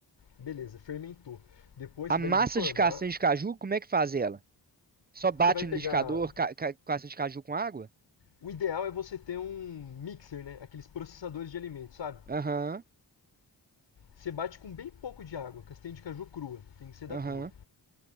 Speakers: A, on the left (about 85°); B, on the right (about 25°).
A: Beleza, fermentou. Depois
B: A
A: você
B: massa
A: vai informar.
B: de castanha de caju, como é que faz ela? Só bate
A: Você vai pegar
B: no liquidificador ca ca- castanha de caju com água?
A: O ideal é você ter um mixer, né? Aqueles processadores de alimentos, sabe?
B: Aham,
A: Você bate com bem pouco de água, castanha de caju crua, tem que ser da
B: aham.
A: crua.